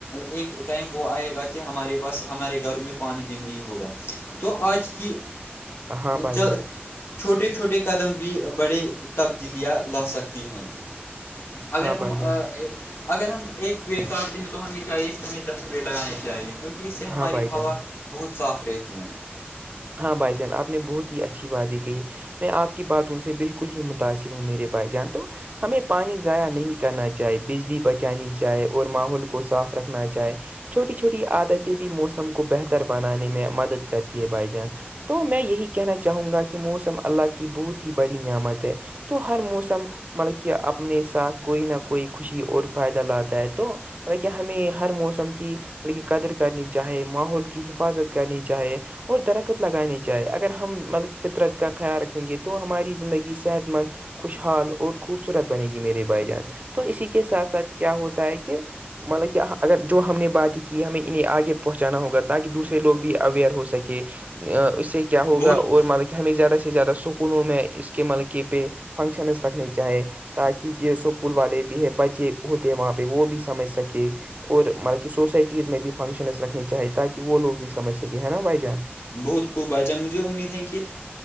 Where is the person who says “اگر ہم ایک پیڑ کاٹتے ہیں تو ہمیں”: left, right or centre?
Left